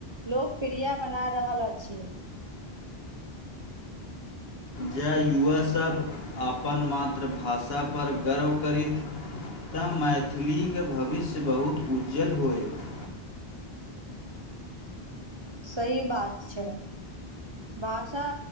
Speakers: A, on the right; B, on the left.
A: लोकप्रिय बना रहल अछि।
B: जँ युवासभ अपन मातृभाषापर गर्व करथि! तऽ मैथिलीके भविष्य बहुत उज्ज्वल होयत।
A: सही बात छै, भाषा